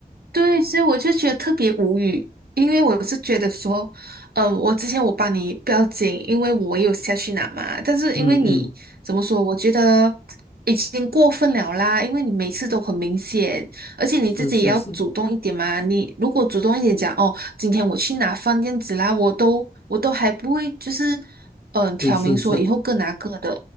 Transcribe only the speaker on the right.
对，所以我就觉得特别无语，因为我是觉得说，呃，我之前我帮你不要紧，因为我也有下去拿嘛，但是因为你怎么说，
我觉得已经过分了啦，因为你每次都很明显，而且你自己也要主动一点嘛，
你如果主动一点讲，哦，今天我去拿放这样子啦，我都我都还不会就是，嗯、挑明说以后各拿各的，